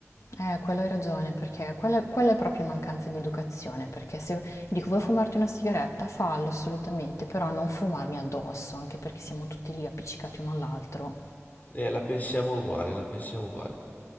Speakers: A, on the left (about 80°); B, on the left (about 35°).
A: Eh, quello hai ragione, perché quella, quella è proprio mancanza di educazione, perché se dico vuoi fumarti una sigaretta, fallo assolutamente, però non fumarmi addosso, anche perché siamo tutti lì appiccicati uno all'altro.
B: Eh, la pensiamo uguale, la pensiamo uguale.